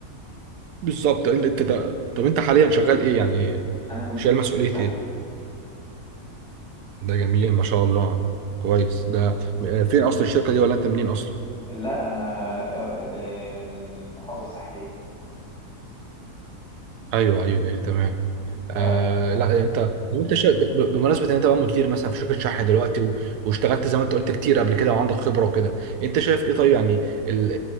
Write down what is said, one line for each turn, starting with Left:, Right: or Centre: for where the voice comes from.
Right: بالظبط انت انت ده. طب انت حاليا شغال ايه يعني
Centre: انا مدير
Right: شايل
Centre: في
Right: مسؤوليه
Centre: شركة شحن
Right: ايه ده جميل ما شاء الله كويس ده م- آه، فين اصلا الشركه دي ولا انت منين اصلا
Centre: لا انا اه، اه، آه، من محافظة ساحلية
Right: ايوه ايوه ايوه تمام
Centre: ف
Right: آه لا يعني انت لو انت شا... ب... ب- بمناسبه ان انت بقى مدير مثلا في شركه شحن دلوقتي و... واشتغلت زي ما انت قلت كتير قبل كده وعندك خبره وكده انت شايف ايه طيب يعني ال...